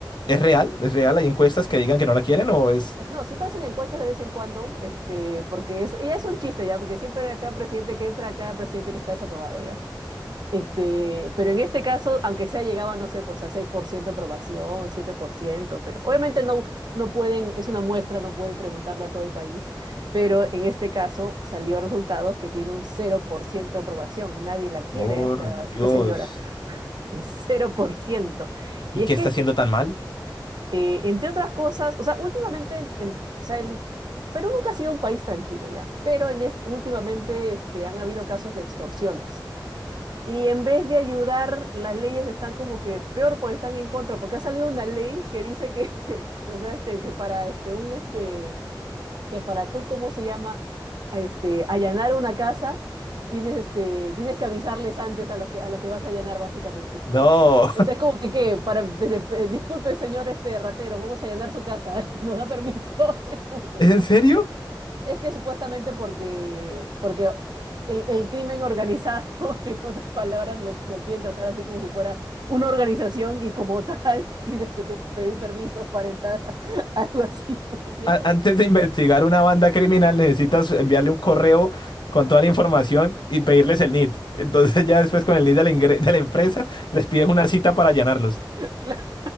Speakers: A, on the left (about 70°); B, on the right (about 60°).
A: ¿es real? ¿Es real? ¿Hay encuestas que digan que no la quieren o es...
B: No, siempre hacen encuestas de vez en cuando, este, porque es, ya es un chiste ya, porque siempre cada presidente que entra, cada presidente que está desaprobado Este, pero en este caso, aunque sea llegaba, no sé, pues a 6% aprobación, 7%, pero obviamente no, no pueden, es una muestra, no pueden preguntarle a todo el país, pero en este caso salió resultados que tiene un 0% de aprobación, nadie la quiere
A: Por
B: a esta,
A: Dios.
B: esta señora, <laughs> cero por ciento.
A: ¿Y
B: Y es
A: qué
B: que,
A: está haciendo tan mal?
B: eh, entre otras cosas, o sea, últimamente el, el, o sea, el Perú nunca ha sido un país tranquilo ya, pero en este, últimamente este, han habido casos de extorsiones y en vez de ayudar, las leyes están como que peor, pues están en contra, porque ha salido una ley que dice que, <laughs> o sea, este, que para este, un este, que para tú, ¿cómo se llama? Este, allanar una casa, tienes este, tienes que avisarles antes a los que a los que vas a allanar, básicamente.
A: No.
B: Entonces, como que qué, para, eh, disculpe, señor este ratero, vamos a allanar su casa, <laughs> nos da permiso. <laughs> Es
A: <laughs>
B: como que
A: ¿Es
B: no,
A: en serio?
B: es que supuestamente porque, porque el, el crimen organizado, <laughs> en otras palabras, lo, lo quieren tratar así como si fuera una organización y como tal <laughs> tienes que tú pedir permisos para entrar a <laughs> algo así. Pues, y
A: A-
B: es como
A: antes
B: que,
A: de investigar una banda criminal necesitas enviarle un correo con toda la información y pedirles el NID. Entonces <laughs> ya después con el NID de la, ingre- de la empresa les pides una cita para llenarlos.
B: <laughs> claro,